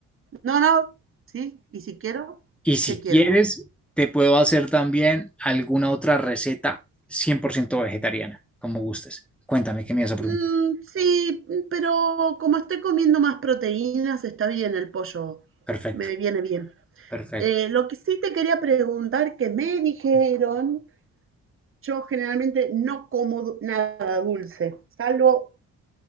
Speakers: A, on the right; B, in the centre.
A: no, no, sí. Y si quiero,
B: Y si
A: ¿qué quiero?
B: quieres, te puedo hacer también alguna otra receta 100% vegetariana, como gustes. Cuéntame, ¿qué me ibas a preguntar?
A: Mm, sí, mm, pero como estoy comiendo más proteínas, está bien el pollo.
B: Perfecto,
A: Me viene bien.
B: perfecto.
A: Eh, lo que sí te quería preguntar, que me dijeron, yo generalmente no como du- nada dulce, salvo